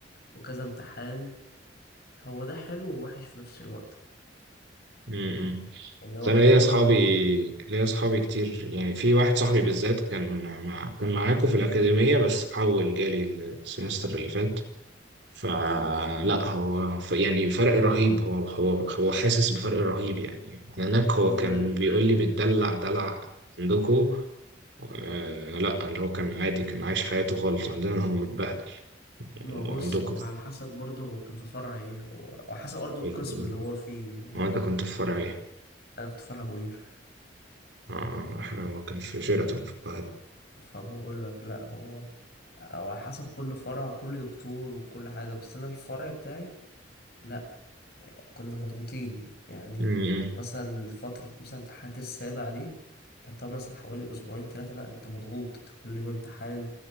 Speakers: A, on the left; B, on the right.
A: وكذا امتحان هو ده حلو ووحش في نفس الوقت
B: امم
A: يعني هو
B: انا
A: حلو
B: ليا اصحابي
A: إن أنت
B: ليا اصحابي كتير يعني في واحد صاحبي بالذات كان مع... كان معاكم في الاكاديميه بس حول جالي السمستر اللي فات فلا هو ف... يعني فرق رهيب هو هو هو حاسس بفرق رهيب يعني هناك هو
A: هو
B: كان
A: ال-
B: بيقول لي بتدلع دلع عندكم آه لا اللي هو كان عادي كان عايش حياته خالص عندنا هو متبهدل
A: ما
B: وعندكم
A: بص هو على حسب برضه هو كان في فرع إيه هو على حسب برضه
B: في
A: القسم
B: ال...
A: اللي هو فيه يعني
B: هو انت كنت في فرع ايه؟
A: أنا كنت فرع بوير
B: آه، هو كان في شيراتون في القاهره
A: فبقول لك لأ هو هو على حسب كل فرع وكل دكتور وكل حاجة بس أنا الفرع بتاعي لا كنا مضغوطين يعني
B: امم
A: مثلا فترة مثلا امتحانات السابع دي انت بتقعد مثلا حوالي أسبوعين تلاتة لأ أنت مضغوط أنت كل يوم امتحان